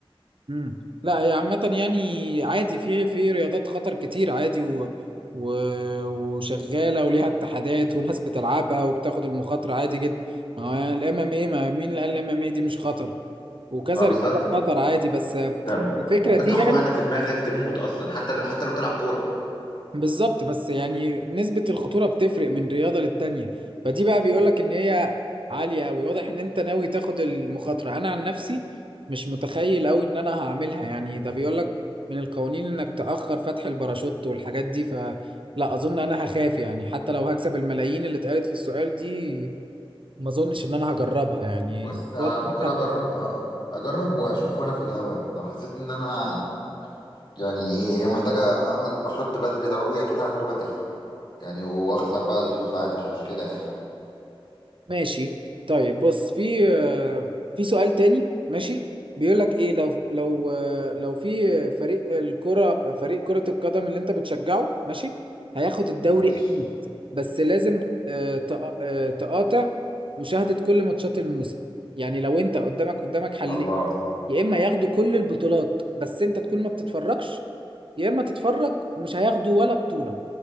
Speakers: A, on the right; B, on the left.
A: امم لا هي عامة يعني عادي في في رياضات خطر كتير عادي و... و... وشغالة وليها اتحادات وناس بتلعبها وبتاخد المخاطرة عادي جدا ما هو الام ام ايه ما مين اللي قال الام ام ايه دي مش خطر وكذا
B: اه بالظبط
A: رياضة خطر عادي بس
B: انت
A: الفكرة
B: ممكن
A: دي
B: تاخد
A: يعني
B: واحدة في دماغك تموت اصلا حتى لو حتى لو بتلعب كورة
A: بالظبط بس يعني نسبة الخطورة بتفرق من رياضة للتانية فدي بقى بيقولك إن هي عالية أوي واضح إن أنت ناوي تاخد المخاطرة أنا عن نفسي مش متخيل أوي إن أنا هعملها يعني ده بيقولك من القوانين إنك تأخر فتح الباراشوت والحاجات دي فلا أظن أنا هخاف يعني حتى لو هكسب الملايين اللي اتقالت في السؤال دي ما أظنش إن أنا هجربها يعني
B: بص آه،
A: برضه
B: ممكن
A: أنت
B: اجرب آه، اجرب واشوف وانا في الهوا لو حسيت ان انا يعني محتاجة اعمل باراشوت بدري ضروري اكيد هعمله بدري يعني واخسر بقى الفلوس عادي مش مشكلة يعني
A: ماشي طيب بص في آه، في سؤال تاني ماشي بيقول لك ايه لو لو آه، لو في فريق الكرة فريق كرة القدم اللي انت بتشجعه ماشي هياخد الدوري
B: ماشي
A: اكيد بس لازم آه، تق- آه، تقاطع مشاهدة كل ماتشات الموسم يعني لو انت قدامك قدامك حل
B: الله
A: يا اما ياخدوا كل البطولات بس انت تكون ما بتتفرجش يا اما تتفرج ومش هياخدوا ولا بطولة